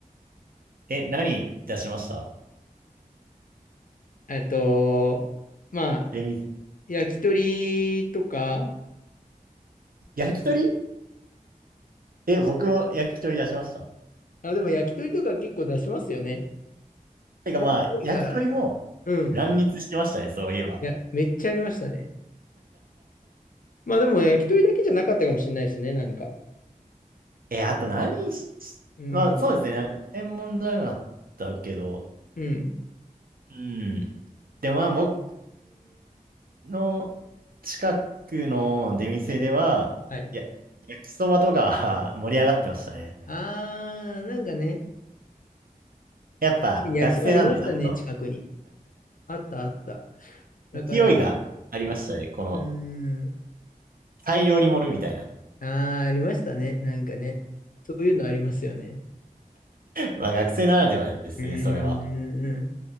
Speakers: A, on the right (about 75°); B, on the left (about 65°).
A: え、何出しました
B: あと、まあ、
A: で、み
B: 焼き鳥とか、
A: 焼き鳥え、僕も焼き鳥出しました。
B: あ、でも焼き鳥とか結構出しますよね。
A: てかまあ、
B: 多いから。
A: 焼き鳥も
B: うん。
A: 乱立してましたね、そういえば。
B: いや、めっちゃありましたね。まあでも焼き鳥だけじゃなかったかもしれないですね、なんか。
A: え、あと何し、
B: うん。
A: まあそうですね、な専門じゃなかったけど、
B: うん。
A: うん。でもまあ僕の近くの出店では、
B: はい。はい
A: や、焼きそばとか <laughs> 盛り上がってましたね。
B: あー、なんかね、
A: やっぱ学生なんでちょっと
B: 焼きそばありましたね、近くに。あったあった。だから、
A: 勢いがありましたね、この
B: うーん、
A: 大量に盛るみたいな。
B: あー、ありましたね、なんかね。そういうのありますよね。
A: まあ学生ならではですね、
B: うーん。
A: それは。